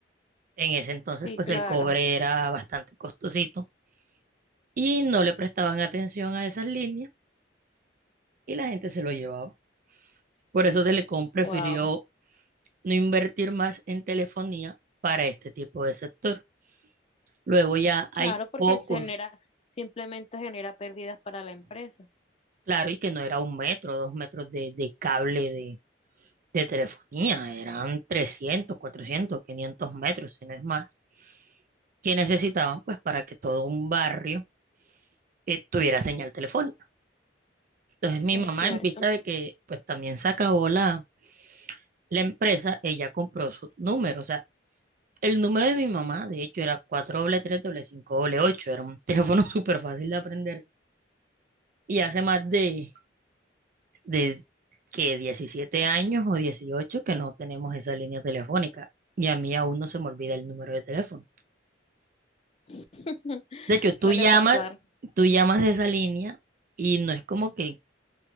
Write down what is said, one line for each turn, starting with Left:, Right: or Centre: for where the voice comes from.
Right: en ese entonces
Left: Sí,
Right: pues
Left: claro.
Right: el cobre era bastante costosito y no le prestaban atención a esas líneas y la gente se lo llevaba. Por eso Telecom prefirió
Left: Wow,
Right: no invertir más en telefonía para este tipo de sector. Luego ya hay
Left: claro, porque
Right: pocos,
Left: se genera, simplemente genera pérdidas para la empresa.
Right: claro, y que no era un metro, dos metros de, de cable de, de telefonía, eran 300 400 500 metros, si no es más, que necesitaban pues para que todo un barrio eh, tuviera señal telefónica. Entonces mi
Left: Es
Right: mamá,
Left: cierto.
Right: en vista de que pues también se acabó la, la empresa, ella compró su número, o sea, el número de mi mamá, de hecho, era 433-588, era un teléfono <laughs> súper fácil de aprenderse. Y hace más de, de que 17 años o 18 que no tenemos esa línea telefónica. Y a mí aún no se me olvida el número de teléfono.
Left: <laughs>
Right: De hecho,
Left: Suele
Right: tú llamas,
Left: pasar.
Right: tú llamas de esa línea y no es como que